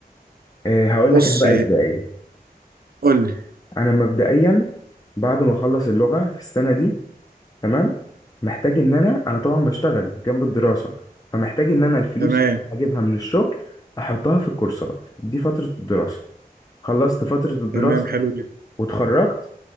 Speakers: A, on the left; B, on the right.
A: إيه هقول
B: بص
A: لك انا بقى ازاي
B: قول لي
A: انا مبدئيا بعد ما اخلص اللغه في السنه دي تمام محتاج ان انا انا طبعا بشتغل جنب الدراسه فمحتاج ان انا الفلوس
B: تمام
A: اللي أنا هجيبها من الشغل احطها في الكورسات دي فتره الدراسه خلصت فتره الدراسه
B: تمام حلو جدا
A: واتخرجت